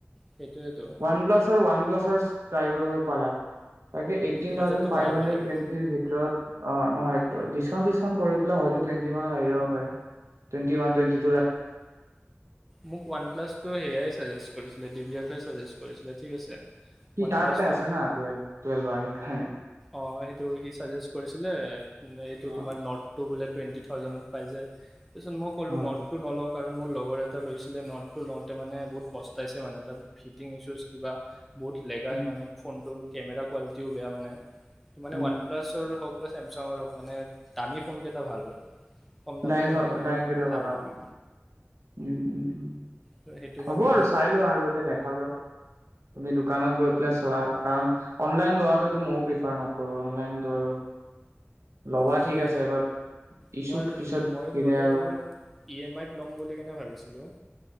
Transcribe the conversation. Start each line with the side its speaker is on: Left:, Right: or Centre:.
Centre: সেইটোৱেতো
Right: ৱান প্লাছাৰ ৱান প্লাছৰ ট্ৰাই কৰিব পাৰা তাকে এইটিন
Centre: বাজেটটো
Right: থাউজেন ফাইভ
Centre: বঢ়াব
Right: হাড্ৰেড
Centre: লাগিব
Right: টুৱেটিৰ ভিতৰত অ নহয় ডিছকাউণ্ট চিছকাউণ্ট কৰিপেলাই হইটো টুৱেন্টি মানত আহি যাব পাৰে টুৱেন্টি ৱান টুৱেন্টি টো
Centre: মোক ৱান প্লাছ টো সেইয়াই চাজেষ্ট কৰিছিলে দিবিয়া ফেচ সাজেষ্ট কৰিছিলে ঠিক আছে
Right: কি
Centre: ওৱান
Right: তাৰ
Centre: প্লাছটোত
Right: ততে আছে না টোৱেল হয়নে
Centre: অ সেইটো সি সাজেষ্ট কৰি ছিলে এইটো
Right: অ
Centre: তোমাৰ নত টো বোলে টুৱেণ্টি থাউজেনত পাই যায় তাৰপিছ মই কলো
Right: অ
Centre: নট টো নলওঁ কাৰণ মোৰ লগৰ এটা লৈছিলে নটটো লওঁতে মানে বহুত পস্তাইছে মানে তাত ফিটিং ইছুজ কিবা বহুত লেগাই
Right: উম
Centre: মানে ফোনটো কেমেৰা কোৱালিটিও বেয়া মানে মানে
Right: উম
Centre: ওৱান প্লাছৰ হওক বা চেমচাঙৰ মানে দামী ফোন কেইটা ভাল হয় কম দামী
Right: ডাই
Centre: কেইটা মানে
Right: ডাইং কেইটা ভাল
Centre: নহয়
Right: আৰু উ উম উম উ
Centre: ত সেইটো কাৰণে
Right: হ'ব আৰু চাই লোৱা আৰু এতিয়া দেখা যাওক তুমি দোকানত গৈ পেলাই চোৱা কাৰণ অনলাইন লোৱাটোতো ময়ো প্ৰিফাৰ নকৰো অনলাইন টো আৰু ল'বা
Centre: অঁ
Right: ঠিক আছে বাট ইছ্যু
Centre: তোমাৰ
Right: পিছত
Centre: মই
Right: দিলে
Centre: ললে
Right: আৰু
Centre: তোমাৰ ই এম আইত ল'ম বুলি কেনে ভাবিছিলো